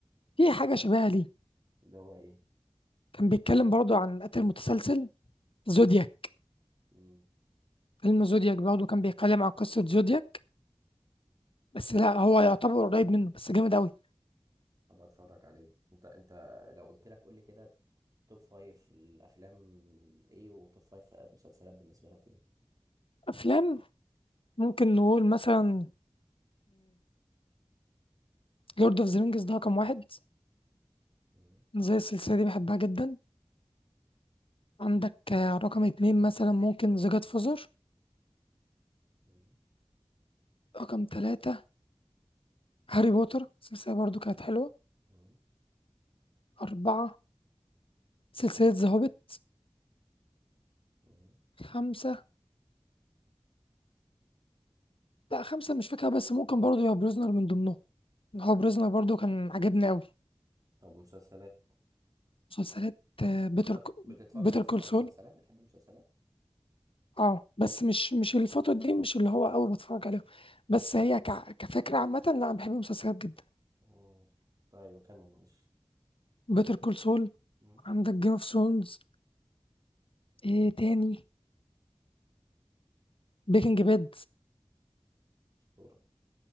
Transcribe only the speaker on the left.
في حاجة شبيهة ليه
كان بيتكلم برضه عن قتل متسلسل زودياك
فيلم زودياك برضه كان بيتكلم عن قصة زودياك بس لا هو يعتبر قريب منه بس جامد أوي
أفلام ممكن نقول مثلا لورد اوف ذا رينجز ده رقم واحد
زي السلسلة دي بحبها جدا عندك آه، رقم اتنين مثلا ممكن ذا جاد فوزر
رقم تلاتة هاري بوتر السلسلة برضه كانت حلوة
أربعة سلسلة ذا هوبيت
خمسة لا خمسة مش فاكرة بس ممكن برضه يبقى بريزنر من ضمنهم هو بريزنر برضه كان عجبني أوي
مسلسلات بيتر
بيتر
كول
سول
اه بس مش مش الفترة دي مش اللي هو أوي بتفرج عليها بس هي ك... كفكرة عامة لا أنا بحب المسلسلات جدا
بيتر كول سول
عندك جيم اوف ثرونز ايه تاني بريكنج باد